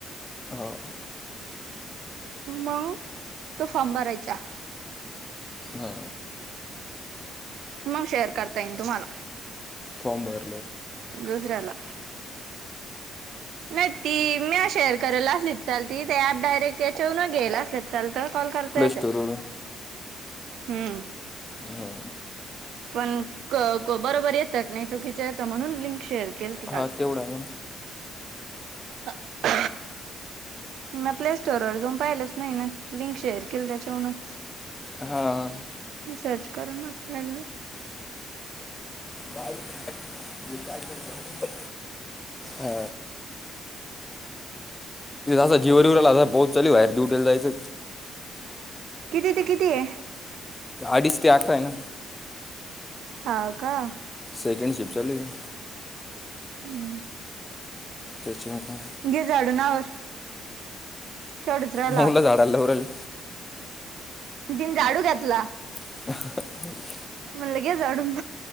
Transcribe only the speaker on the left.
हो.
हा
फॉर्म भर.
प्ले स्टोरवरून
हो.
हा तेवडा आहे.
हा
काय मि काय करतो. हा हा जीव <unintelligible> यला पोहोच चाली बाहेरड्युटीला जायचं.
अडीच ते अकरा आहे ना.
सेकंड शिप्ट चालू आहे.
त्याच्यामुळं
मऊलं
झाडाला लवराहिले.
<inaudible>